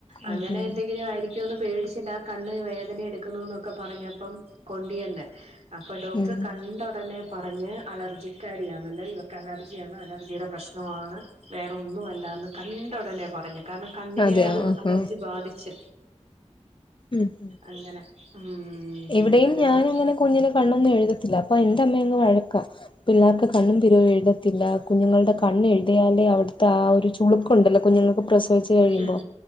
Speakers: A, on the right; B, on the left.
A: അങ്ങനെ
B: ഉം ഉം
A: എന്തെങ്കിലും ആരിക്കു ന്ന് പേടിച്ചിട്ടാ ആഹ് കണ്ണ് വേദന എടുക്കുന്നുന്നൊക്കെ പറഞ്ഞപ്പം കൊണ്ട് ചെന്നെ. അപ്പൊ ഡോക്ടർ
B: ഉം
A: കണ്ട ഉടനെ പറഞ്ഞ്. അലർജിക്കാരി ആണല്ലേ ഇവക്ക് അലർജിയാണ് അലർജിടെ പ്രശ്നമാണ് വേറൊന്നും അല്ല എന്ന് കണ്ട ഉടനെ പറഞ്ഞ്. കാരണം കണ്ണിനെ
B: അതെയോ
A: അത്
B: ആഹാ
A: അലർജി ബാധിച്ച്.
B: ഉം
A: അങ്ങനെ ഉം
B: ഇവിടെയും
A: അങ്ങനെയായത്.
B: ഞാൻ അങ്ങനെ കുഞ്ഞിന് കണ്ണൊന്നും എഴുതത്തില്ല അപ്പൊ എന്റെ അമ്മയങ്ങ് വഴക്കാ. പിള്ളേർക്ക് കണ്ണും, പിരികവും എഴുതത്തില്ല കുഞ്ഞുങ്ങളുടെ കണ്ണ് എഴുതിയാലേ അവിടുത്തെ ആഹ് ഒരു. മോളുക്കുണ്ടല്ലോ കുഞ്ഞങ്ങൾക്ക് പ്രസവിച്ച ച്ച് കഴിയുമ്പോ
A: ഉം